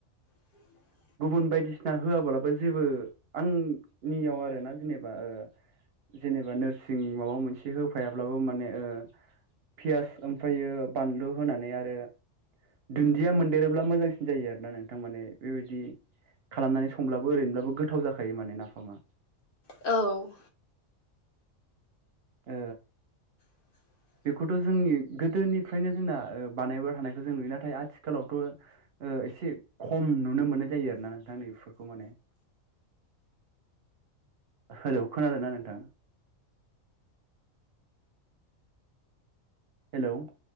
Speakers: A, on the left (about 45°); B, on the right (about 60°).
A: <inaudible>
B: गुबुन बायदिसिना होआबालाबा जेबो आंनियाव आरोना जेनेबा ओह जेनेबा नोरसिं माबा मोनसे होफायाब्लाबो माने ओह पियास ओमफायो बानलु होनानै आरो दुनदिया मोन देरोब्ला मोजांसिन जायो आरोना नोंथां माने बेबायदि खालामनानै संब्लाबो ओरैनोब्लाबो गोथाव जाखायो माने नाफामा
A: औ
B: ओ
A: <inaudible>
B: बेखौथ' जोंनि गोदोनिफ्रायनो जोंना ओह बानायबाय थानायखौ जों नुयो नाथाय आथिखालावथ' ओह एसे खम नुनो मोननाय जायो आरोना नोंथां बेफोरखौ माने हेलौ खोनादोना नोंथां हेलौ